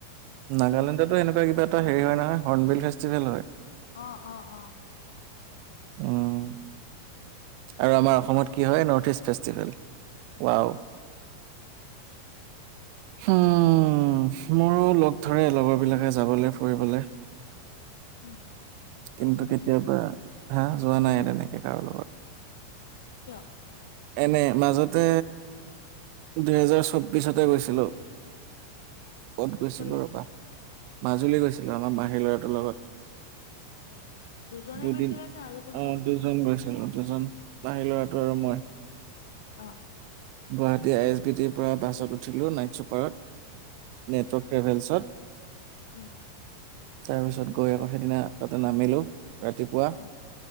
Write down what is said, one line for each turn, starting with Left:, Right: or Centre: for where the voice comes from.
Right: নাগালেণ্ডটো এনে কিবা এটা হেৰি হয় নহয় হৰ্ণবিল ফেষ্টিভেল হয়
Left: অ অ অ
Right: উম আৰু আমাৰ অসমত কি হয় নৰ্থ ইষ্ট ফেষ্টিভেল উৱাও
Left: উম
Right: হুমমমম মোৰো লগ ধৰে লগৰবিলাকে যাবল ফুৰিবলে
Left: উম
Right: কিন্তু
Left: গৈছা নে
Right: কেতিয়াবা
Left: নাই
Right: হা যোৱা নাই তেনেকে কাৰো লগত
Left: কিয়
Right: এনে মাজতে দুহেজাৰ চৌবিছতে গৈছিলোঁ ক'ত গৈছিলো
Left: কলে
Right: ৰবা মাজুলী গৈছিলো আমাৰ মাহীৰ ল'ৰাটোৰ লগত
Left: উম উম। দুজনে
Right: দুদিন
Left: গৈছিলে নে আৰু কোনোবা
Right: অ
Left: গৈছিল
Right: দুজন গৈছিলো দুজন মাহী ল'ৰাটো আৰু মই
Left: অ
Right: গুৱাহাটী আই এছ বি টিৰ পৰা বাছত উঠিলোঁ নাইট চুপাৰত নেটৱৰ্ক ট্ৰেভেলছত
Left: অ
Right: তাৰ পিছত গৈ আকৌ সেইদিনা তাতে নামিলো ৰাতিপুৱা
Left: উম